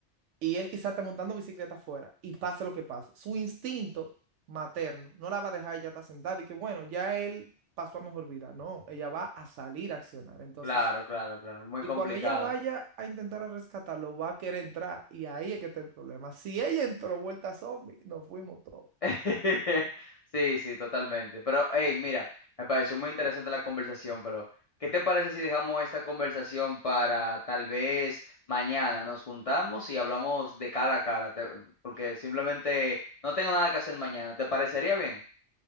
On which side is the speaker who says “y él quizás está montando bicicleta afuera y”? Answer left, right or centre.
Right